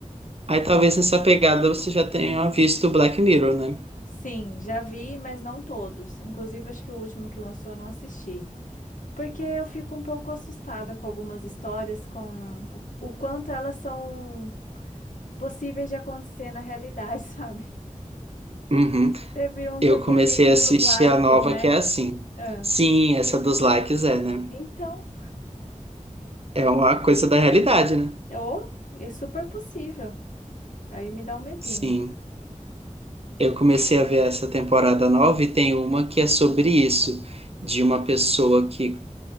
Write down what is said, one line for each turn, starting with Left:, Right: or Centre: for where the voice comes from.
Right: Aí talvez nessa pegada você já tenha visto Black Mirror, né?
Left: Sim, já vi, mas não todos. Inclusive, acho que o último que lançou eu não assisti. Porque eu fico um pouco assustada com algumas histórias, com o o quanto elas são possíveis de acontecer na realidade, <laughs> sabe?
Right: Uhum.
Left: Teve um
Right: Eu
Left: que é aquele
Right: comecei a assistir
Left: dos likes,
Right: a nova
Left: né?
Right: que é assim.
Left: Ah,
Right: Sim, essa dos likes é, né?
Left: então,
Right: É uma coisa da realidade, né?
Left: eu, é super possível. Aí me dá um medinho.
Right: Sim. Eu comecei a ver essa temporada nova e tem uma que é sobre isso, de uma pessoa que